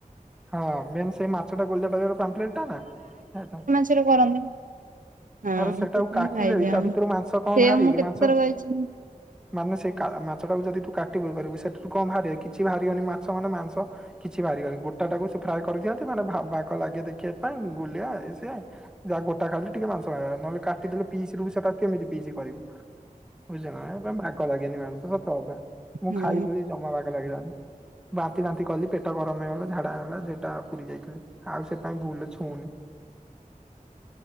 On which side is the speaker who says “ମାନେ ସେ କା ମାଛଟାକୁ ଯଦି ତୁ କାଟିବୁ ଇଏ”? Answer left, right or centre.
Centre